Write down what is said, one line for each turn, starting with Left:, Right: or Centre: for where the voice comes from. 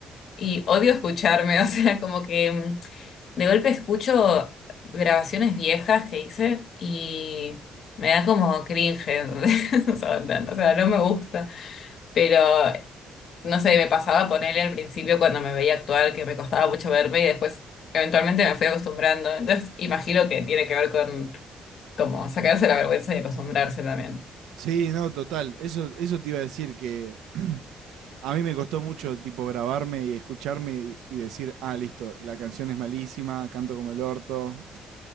Left: Y odio escucharme, <laughs> o sea, como que mm, de golpe escucho grabaciones viejas que hice y me da como cringe, <laughs> ¿entendés? o sea, no o sea, no me gusta. Pero, no sé, me pasaba ponerle al principio cuando me veía actuar que me costaba mucho verme y después eventualmente me fui acostumbrando. Entonces, imagino que tiene que ver con como sacarse la vergüenza y acostumbrarse también.
Right: Sí, no, total. Eso, eso te iba a decir que a mí me costó mucho tipo grabarme y escucharme y, y decir, ah, listo, la canción es malísima, canto como el orto,